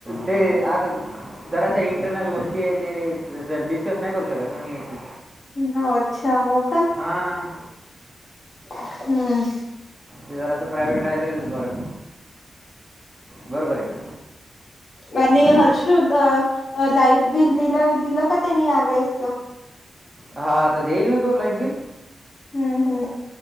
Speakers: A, on the right; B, on the left.
A: ते आता जराशा इंटरनल गोष्टी आहे ते डिस्कस नाही करू शकत ना मी इथे
B: हो अच्छा हो का
A: हां
B: हम्म
A: ते जरा असं प्रायव्हेट राहिलेलंच बरं बरोबर आय का
B: म नाही
A: हं?
B: हर्ष <inaudible> अ लाईट बिल दि दिलं का त्यांनी यावेेळेसच
A: हा तर देईल ना तो लाईट बिल
B: हम्म हम्म